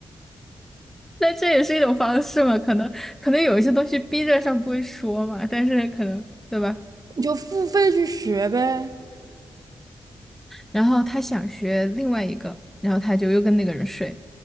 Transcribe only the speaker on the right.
你就付费去学呗。